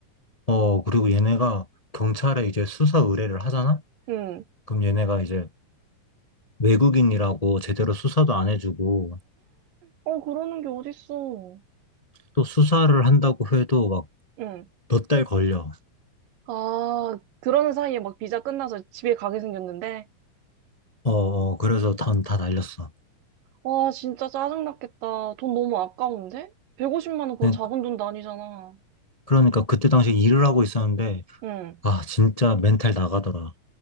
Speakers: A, on the left (about 70°); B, on the right (about 85°).
A: 어, 그리고 얘네가 경찰에 이제 수사 의뢰를 하잖아?
B: 응.
A: 그럼 얘네가 이제 외국인이라고 제대로 수사도 안 해주고,
B: 어, 그러는 게 어딨어.
A: 또 수사를 한다고 해도 막
B: 응.
A: 몇 달 걸려.
B: 아, 그러는 사이에 막 비자 끝나서 집에 가게 생겼는데,
A: 어, 어, 그래서 다, 다 날렸어.
B: 와, 진짜 짜증났겠다. 돈 너무 아까운데? 150만 원 그거
A: 그러니까
B: 작은 돈도 아니잖아.
A: 그러니까 그때 당시 일을 하고 있었는데,
B: 응.
A: 아, 진짜 멘탈 나가더라.